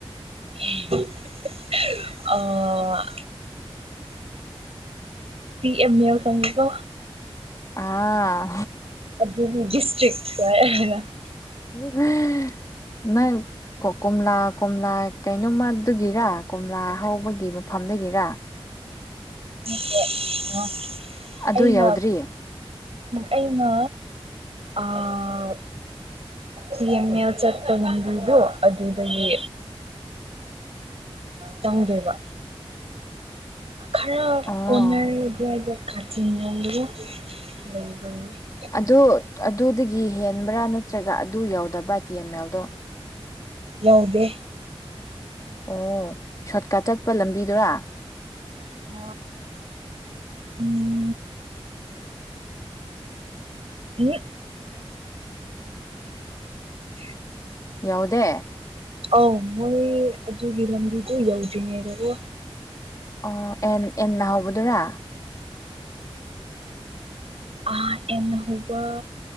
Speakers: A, on the right; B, on the left.
A: <unintelligible> ꯑꯣ ꯇꯤ ꯑꯦꯝꯃꯦꯜ ꯈꯪꯉꯤꯀꯣ
B: ꯑꯥ
A: <unintelligible> ꯗꯤꯁꯇ꯭ꯔꯤꯛ <unintelligible>
B: <unintelligible> ꯅꯪ ꯀꯣꯝꯂꯥ ꯀꯣꯝꯂꯥ ꯀꯩꯅꯣꯃ ꯑꯗꯨꯒꯤꯔ ꯀꯣꯝꯂꯥ ꯍꯧꯕꯒꯤ ꯃꯐꯝꯗꯒꯤꯔ
A: ꯅꯠꯇꯦ <unintelligible>
B: ꯑꯗꯨ
A: ꯑꯩꯅ
B: ꯌꯧꯗ꯭ꯔꯤ
A: ꯑꯩꯅ ꯑꯥ ꯗꯤꯌꯦꯃꯦꯜ ꯆꯠꯇ ꯂꯝꯕꯤꯗꯨ ꯑꯗꯨꯗꯒꯤ ꯆꯪꯗꯣꯏꯕ ꯈꯔ
B: ꯑꯣ
A: ꯀꯣꯟꯅꯔꯗꯨꯋꯥꯏꯗ ꯀꯥꯆꯤꯟ <unintelligible>
B: ꯑꯗꯨ ꯑꯗꯨꯗꯒꯤ ꯍꯦꯟꯕ꯭ꯔꯥ ꯅꯠꯇ꯭ꯔꯒ ꯑꯗꯨ ꯌꯎꯗꯕ꯭ꯔꯥ ꯇꯤ ꯑꯦꯝ ꯑꯦꯜꯗꯣ
A: ꯌꯥꯎꯗꯦ
B: ꯑꯣ ꯁꯣꯔꯠꯀꯠ ꯆꯠꯄ ꯂꯝꯕꯤꯗꯨꯔꯥ
A: <unintelligible> ꯎꯝ <unintelligible> <unintelligible>
B: ꯌꯧꯗꯦ
A: ꯑꯥꯎ ꯃꯣꯏ ꯑꯗꯨꯒꯤ ꯂꯝꯕꯤꯗꯨ ꯌꯧꯗ꯭ꯔꯤꯉꯩꯗꯀꯣ
B: ꯑꯣ ꯑꯦꯟ ꯑꯦꯟꯆ ꯍꯧꯕꯗꯨꯔꯥ
A: ꯑ ꯑꯦꯟꯅ ꯍꯧꯕ